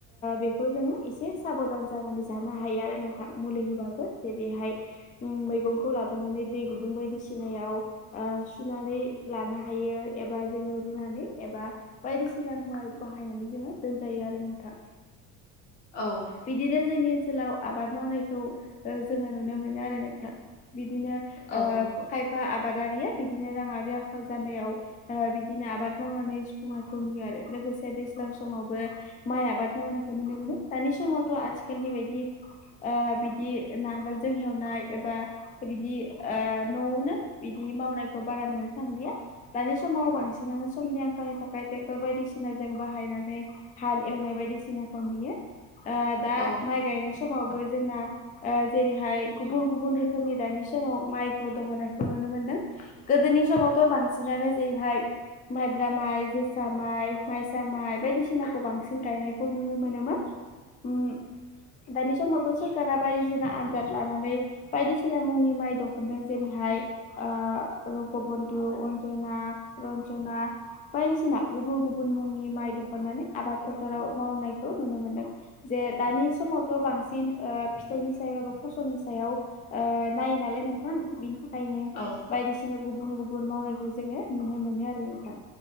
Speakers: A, on the left; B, on the left.
A: बेखौ जोङो एसे एसे साबदान जानानै जानो हायो आरो नोंथां मुलि होबाबो जेरैहाय उम मैगंखौ लाबो सोनानै दै गुदुं बायदिसिनायाव सुनानै लानो हायो एबा जोङो रुनानै नै एबा बायदिसिना मुवा बाहायनानै जोङो दोनजायो आरो नोंथां
B: औ
A: बिदिनो जोंनि ओनसोलाव आबाद मावनायखौ ओ जोङो नुनो मोनो आरो नोंथां बिदिनो
B: औ
A: ओब खायफा आब आबादारिया बिदिनो राङारि आंखाल जानायाव ओ बिदिनो आबाद मावनानै सुफुंनायखौ नुयो आरो लोग गसे दैज्लां समावबो माइ आबाद मावनायखौ नुनो मोनो दानि समावथ' आथिखालनि बायदि ओ बिदि नांगोलजों हेवनाय एबा बिदि ओ न'वनो बिदि मावनायखौ बारा नुनो थांलिया दानि समाव बांसि सिनानो समनि आंखालनि थाखाय ट्रेक्टर बायदिसिनाजों बाहायनानै हाल एवनाय बायदिसिनाखौ नुयो ओ दा
B: औ
A: माइ गायनाय समावबो जोंङा जेरैहाय गुबुन गुबुन रोखोम खोमनि दानि समाव माइखौ दहनायखौ नुनो मोनदों गोदोनि समावथ' बांसिनानो जेरैहाय माइब्रा माइ जोसा माइ माइसा माइ बायदिसिनाखौ बांसिन गायनायखौ नुनो मोनोमोन ओम दानि समावथ' सोरखारा बायदिसिना आजाद लानानै बायदिसिना मुंनि माइ दहनदों जेरैहाय ओ रगबन्दु अन्जना रन्जना बायदिसिना गुबुन गुबुन मुंनि माइ दह'नानै आबाद फोथाराव मावनायखौ नुनो मोनदों जे ए दानि समावथ' बांसिन फिथाइनि सायाव एबा फसलनि सायाव ओ नायो नालाय नोंथां बिनि थाखायनो
B: औ
A: बायदिसिना गुबुन गुब बुन मावनायखौ जोङो नुनो मोनो आरो नोंथां